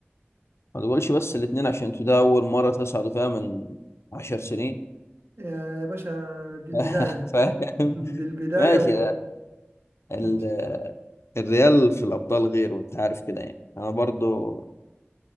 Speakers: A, on the left; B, on the right.
A: ما تقولش بس الاتنين عشان انتوا ده اول مره تصعدوا فيها من عشر سنين
B: يا يا باشا دي البداية
A: <laughs>
B: يعني
A: فاهم
B: <laughs> دي البداية
A: ماشي
B: و...
A: لا، ال-
B: و...
A: الريال في الابطال غير وانت عارف كده يعني انا برضو